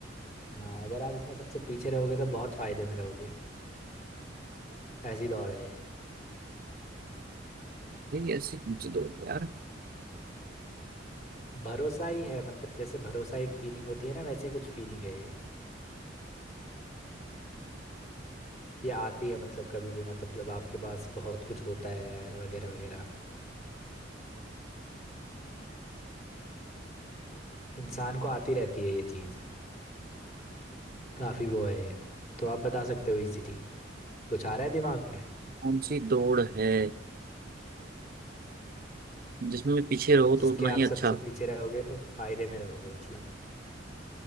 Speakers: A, on the left; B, on the right.
A: हाँ, अगर आप इसमें सबसे पीछे रहोगे तो बहुत फायदे में रहोगे ऐसी दौड़ है ये
B: ये ऐसी कौन सी दौड़ है यार
A: भरोसा ही है मतलब जैसे भरोसा एक फीलिंग होती है ना वैसी कुछ फीलिंग है ये ये आती है मतलब कभी भी मतलब जब आपके पास बहुत कुछ होता है वगैरह वगैरह इंसान को आती रहती है ये चीज़ काफ़ी वो है ये तो आप बता सकते हो इजीली कुछ आ रहा है दिमाग में
B: कौन सी दौड़ है जिसमें पीछे रहो
A: जिसके
B: तो उतना
A: आप
B: ही
A: सबसे
B: अच्छा
A: पीछे रहोगे तो फायदे में रहोगे मतलब